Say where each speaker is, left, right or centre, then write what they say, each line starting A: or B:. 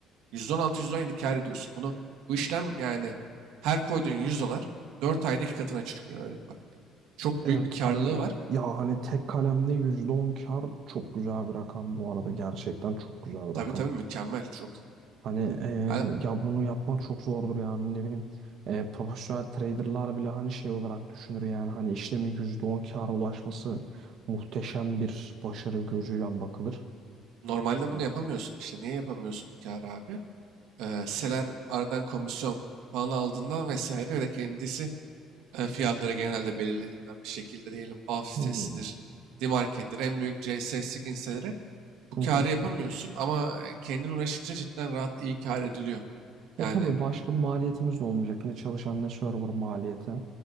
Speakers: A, on the right; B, on the right.
A: %16-%17 kâr ediyorsun. Bunu bu işlem yani her koyduğun 100 dolar 4 ayda 2 katına çıkıyor. Öyle bak yani. Çok
B: Evet
A: büyük bir karlılığı
B: hani
A: var.
B: ya hani tek kalemde yüzde on kar çok güzel bir rakam bu arada gerçekten çok güzel bir
A: Tabii
B: rakam.
A: tabii mükemmel. Çok iyi.
B: Hani eee,
A: Yani
B: ya bunu yapmak çok zordur yani ne bileyim Eee, profesyonel traderlar bile hani şey olarak düşünür yani hani işlemin %10 kâra ulaşması muhteşem bir başarı gözüyle bakılır.
A: normalde
B: Hani,
A: bunu yapamıyorsun işte. Niye yapamıyorsun bu kârı abi? Ee, hisseler aradan komisyon falan aldığından vesaire öyle kendisi e, fiyatları genelde belirlediğinden bir şekilde diyelim BAF
B: hmm,
A: sitesidir, D-Market'tir, en büyük CS, SIG hisseleri bu
B: Hı hı.
A: karı yapamıyorsun ama e, kendin uğraşınca cidden rahat iyi kar ediliyor.
B: E
A: Yani
B: tabii başka bir maliyetimiz de olmayacak. Ne çalışan ne server maliyeti.